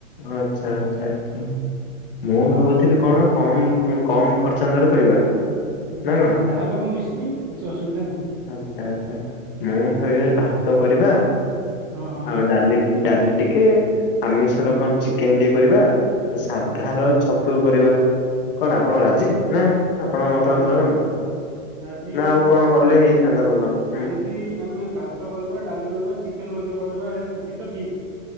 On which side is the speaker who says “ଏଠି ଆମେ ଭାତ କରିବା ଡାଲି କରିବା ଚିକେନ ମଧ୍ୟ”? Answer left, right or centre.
Right